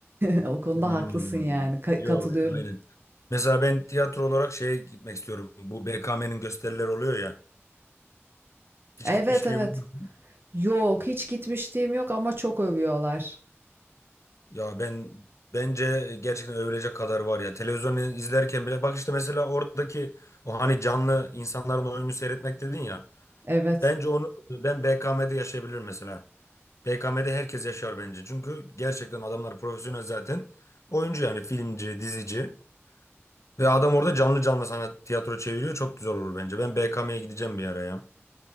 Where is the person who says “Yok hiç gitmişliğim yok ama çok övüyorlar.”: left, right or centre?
Right